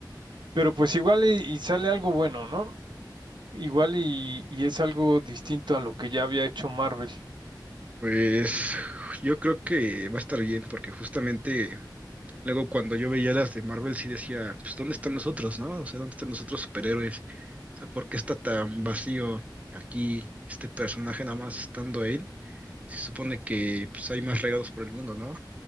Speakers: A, on the right; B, on the right.
A: pero pues igual y, y sale algo bueno, ¿no? Igual y, y es algo distinto a lo que ya había hecho Marvel.
B: Pues yo creo que va a estar bien porque justamente Luego cuando yo veía las de Marvel sí decía, pues ¿dónde están nosotros, no? O sea, ¿dónde están los otros superhéroes? O sea, ¿por qué está tan vacío aquí este personaje nada más estando él? Se supone que pues hay más regados por el mundo, ¿no?